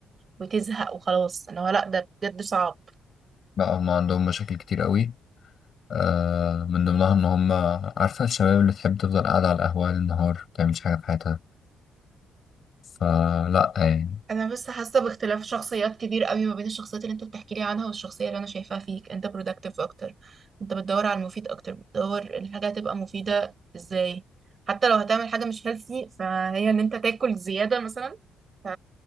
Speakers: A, on the right; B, on the left.
A: وتزهق وخلاص ان هو لا ده بجد صعب
B: لا هم عندهم مشاكل كتير قوي آه من ضمنها إن هم عارفة الشباب اللي تحب تفضل قاعدة على القهوة للنهار ما بتعملش حاجة في حياتها فلا يعني
A: انا بس حاسه باختلاف شخصيات كبير قوي ما بين الشخصيات اللي انت بتحكي لي عنها والشخصيه اللي انا شايفاها فيك انت productive اكتر انت بتدور على المفيد اكتر بتدور الحاجه هتبقى مفيده ازاي حتى لو هتعمل حاجه مش healthy فهي ان انت تاكل زياده مثلا ف